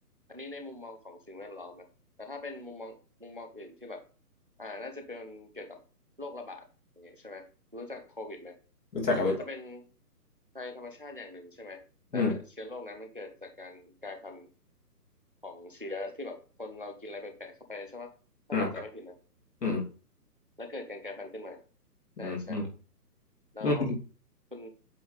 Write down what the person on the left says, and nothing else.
รู้จักครับรู้จัก
อืม
อ่าครับอืม
อืมอืม
อืม